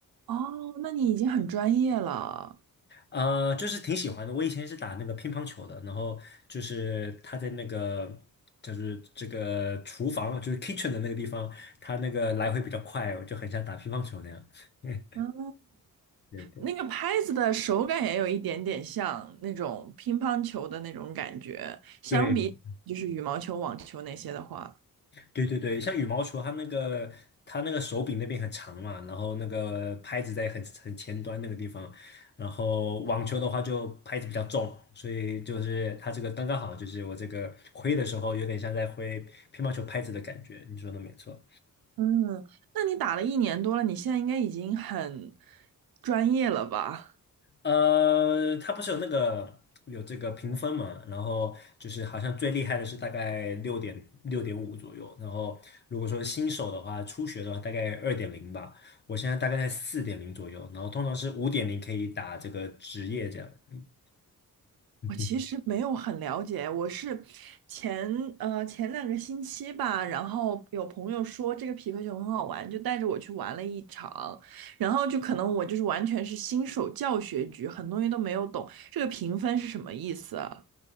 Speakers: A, on the right; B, on the left.
A: 哦，那你已经很专业了。
B: 呃，就是挺喜欢的。我以前是打那个乒乓球的，然后就是他在那个就是这个厨房，就是 kitchen 的那个地方，他那个来回比较快，我就很像打乒乓球那样。<laughs>
A: 嗯，
B: 对对
A: 那个拍子的手感也有一点点像那种乒乓球的那种感觉，相比就是羽毛球、
B: 对
A: 网球那些的话。
B: 对对对，像羽毛球，它那个它那个手柄那边很长嘛，然后那个拍子在很很前端那个地方，然后网球的话就拍子比较重，所以就是它这个刚刚好，就是我这个挥的时候有点像在挥乒乓球拍子的感觉，你说的没错。
A: 嗯，那你打了一年多了，你现在应该已经很专业了吧？
B: 呃，它不是有那个有这个评分嘛？然后就是好像最厉害的是大概六点六点五左右，然后如果说新手的话，初学的话大概二点零吧。我现在大概在四点零左右，然后通常是五点零可以打这个职业这样。<laughs> 嗯
A: 我其实没有很了解，我是前呃前两个星期吧，然后有朋友说这个匹克球很好玩，就带着我去玩了一场，然后就可能我就是完全是新手教学局，很多东西都没有懂，这个评分是什么意思啊